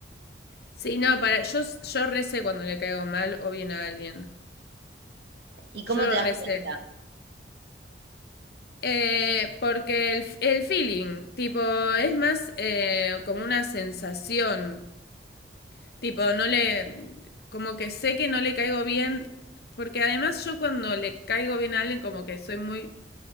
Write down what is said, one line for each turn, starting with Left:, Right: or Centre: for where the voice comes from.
Left: Sí, no, para, yo, yo recé cuando le caigo mal o bien a alguien.
Right: ¿Y cómo
Left: Yo lo
Right: te das
Left: recé.
Right: cuenta?
Left: Eh, porque el, el feeling, tipo, es más eh, como una sensación. Tipo, no le, como que sé que no le caigo bien, porque además yo cuando le caigo bien a alguien, como que soy muy